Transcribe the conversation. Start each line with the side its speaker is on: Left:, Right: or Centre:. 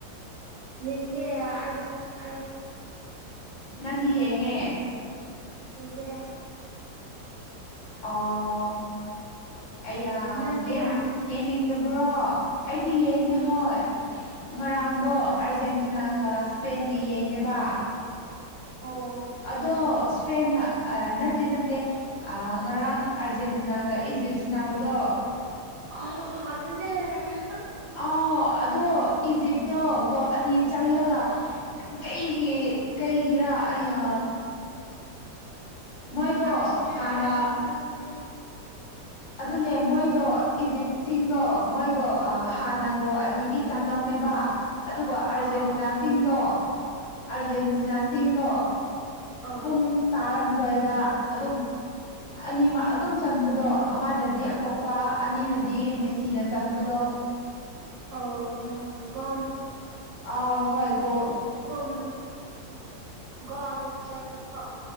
Right: ꯌꯦꯦ ꯑ
Left: ꯅꯗꯤ ꯌꯦꯉꯦ
Right: ꯏꯒ
Left: ꯑꯣ ꯑꯌꯥ
Right: ꯅꯪꯗꯤ
Left: ꯌꯦ ꯌꯦꯡꯅꯤꯡꯗꯕ꯭ꯔꯣ ꯑꯩꯗꯤ ꯌꯦꯡꯉꯦ ꯍꯣꯏ ꯉꯔꯥꯡꯗꯣ
Right: ꯑꯣ
Left: ꯑꯥꯔꯖꯦꯟꯇꯤꯅꯥꯒ ꯁꯄꯦꯟꯒ ꯌꯦꯡꯉꯦꯕ
Right: ꯑꯣ
Left: ꯑꯗꯣ ꯁꯄꯦꯟ ꯑ ꯅꯠꯇꯦ ꯅꯠꯇꯦ ꯉꯔꯥꯡ ꯑꯥꯔꯖꯦꯟꯇꯤꯅꯥꯒ ꯏꯖꯤꯞꯁꯤ ꯅꯥꯕꯗꯣ
Right: ꯑ
Left: ꯑꯥꯎ ꯑꯗꯣ ꯏꯖꯤꯞꯇꯣ ꯒꯣ ꯑꯅꯤ ꯆꯜꯂꯒ ꯀꯩꯒꯤ ꯀꯩꯒꯤꯔꯥ ꯑꯌꯥ ꯃꯣꯏꯗꯣ
Right: ꯑꯔꯖꯦꯟꯇꯤ
Left: ꯍꯥꯟꯅ
Right: ꯑꯔꯖꯦꯟꯇꯤꯅꯥꯒꯤ
Left: ꯑꯗꯨꯅꯦ ꯃꯣꯏꯗꯣ ꯏꯖꯤꯞꯁꯤꯡꯗꯣ ꯃꯣꯏꯗꯣ ꯍꯥꯟꯅꯒꯣ ꯑꯅꯤꯗꯤ ꯆꯥꯡꯉꯝꯃꯦꯕ ꯑꯗꯨꯒ ꯑꯥꯔꯖꯦꯟꯇꯤꯅꯥꯁꯤꯡꯗꯣ
Right: ꯑꯣ ꯑꯣ ꯍꯣꯏ ꯍꯣꯏ
Left: ꯑꯥꯔꯖꯦꯟꯇꯤꯅꯥꯁꯤꯡꯗꯣ
Right: ꯑꯣ
Left: ꯄꯨꯡ ꯇꯥꯔꯝꯗꯏꯗ ꯑꯗꯨꯝ ꯑꯅꯤ ꯑꯗꯨꯝ ꯆꯟꯕꯗꯣ ꯑꯃꯅꯗꯤ ꯑꯇꯣꯞꯄ ꯑꯅꯤꯅꯗꯤ ꯃꯦꯁꯤꯅ ꯆꯟꯕꯗꯣ
Right: ꯑꯣ ꯌꯥ ꯒ
Left: ꯑꯥꯎ ꯍꯣꯏꯒꯣ
Right: ꯍꯝ ꯀꯣ ꯍꯣ ꯆꯒ ꯀ